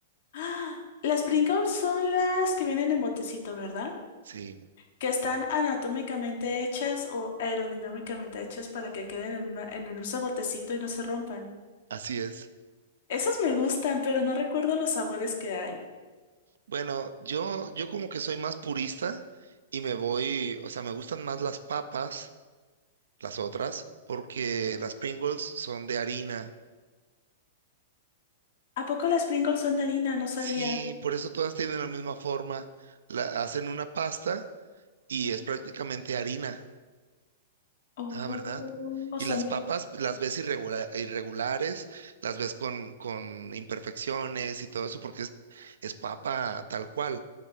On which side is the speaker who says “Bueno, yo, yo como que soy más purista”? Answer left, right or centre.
Right